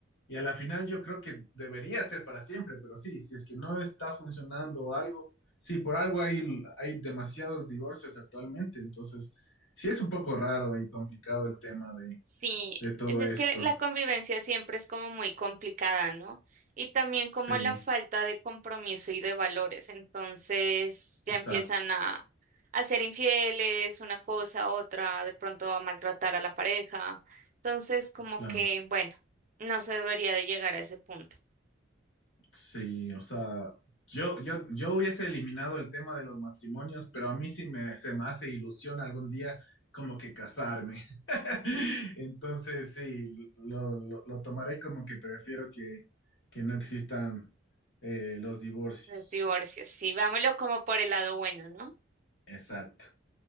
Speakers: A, on the left; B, on the right.
A: Y a la final yo creo que debería ser para siempre, pero sí, si es que no está funcionando o algo, sí, por algo hay, hay demasiados divorcios actualmente. Entonces, sí es un poco raro y complicado el tema de,
B: sí,
A: de todo
B: es
A: esto.
B: que la convivencia siempre es como muy complicada, ¿no? Y también como
A: Sí,
B: la falta de compromiso y de valores. Entonces ya
A: exacto,
B: empiezan a, a ser infieles, una cosa, otra, de pronto a maltratar a la pareja. Entonces, como
A: claro.
B: que, bueno, no se debería de llegar a ese punto.
A: Sí, o sea, yo, yo, yo hubiese eliminado el tema de los matrimonios, pero a mí sí me, se me hace ilusión algún día como que casarme. <laughs> Entonces, sí, lo, lo- lo tomaré como que prefiero que, que no existan eh, los divorcios.
B: Los divorcios, sí, vámonos como por el lado bueno, ¿no?
A: Exacto.